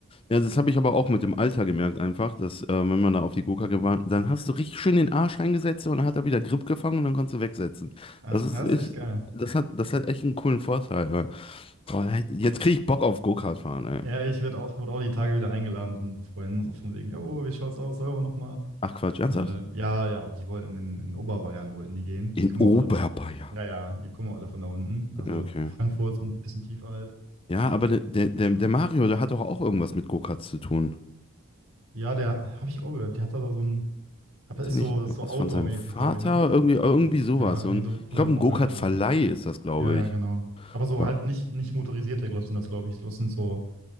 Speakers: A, on the left; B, on the right.
A: Ja, das habe ich aber auch mit dem Alter gemerkt einfach, dass äh, wenn man da auf die Gurkacke war, dann hast du richtig schön den Arsch eingesetzt und dann hat er wieder Grip gefangen und dann konntest du wegsetzen.
B: Ja,
A: Das ist,
B: das
A: ist
B: ist echt geil.
A: das hat, das hat echt einen coolen Vorteil. Weil, oh, jetzt kriege ich Bock auf Go-Kart fahren, ey.
B: Ja, ich werde auch, wurde auch die Tage wieder eingeladen von Freunden, so von wegen, jo, wie schaut's aus, sollen wir nochmal?
A: Ach Quatsch, ernsthaft?
B: Äh, ja, ja, aber die wollten in, in Oberbayern wollten die gehen.
A: In
B: Die kommen
A: Oberbayern.
B: auch alle von da unten. Ja, ja, die kommen auch alle von da unten. Also
A: Ja, Okay.
B: Frankfurt und ein bisschen tiefer halt.
A: Ja, aber der, der, der
B: Ja.
A: der Mario, der hat doch auch irgendwas mit Go-Karts zu tun.
B: Ja, der habe ich auch gehört. Der hat da so ein, hat-
A: Ist
B: ist
A: der
B: so,
A: nicht
B: ist
A: irgendwas
B: so Outdoor-mäßig,
A: von seinem Vater?
B: glaube ich, ne?
A: Irgendwie, irgendwie sowas.
B: Ja, irgendwie
A: Und
B: so von
A: ich glaube,
B: seinem
A: ein
B: Onkel,
A: Go-Kart-Verleih
B: glaube ich.
A: ist das, glaube
B: Ja, ja,
A: ich.
B: genau. Aber so
A: Boah.
B: halt nicht, nicht motorisierte Glots sind das, glaube ich. Das sind so,